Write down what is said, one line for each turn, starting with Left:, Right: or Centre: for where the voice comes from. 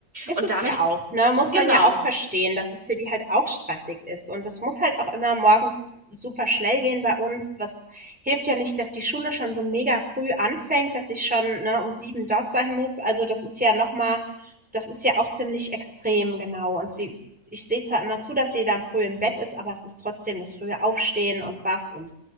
Centre: Ist
Right: und
Centre: es
Right: damit,
Centre: ja auch, ne? Muss
Right: genau.
Centre: man ja auch verstehen, dass es für die halt auch stressig ist. Und das muss halt auch immer morgens super schnell gehen bei uns. Was hilft ja nicht, dass die Schule schon so mega früh anfängt, dass ich schon, ne, um sieben dort sein muss. Also das ist ja nochmal, das ist ja auch ziemlich extrem, genau. Und sie, ich sehe zwar immer zu, dass sie dann früh im Bett ist, aber es ist trotzdem das frühe Aufstehen und was und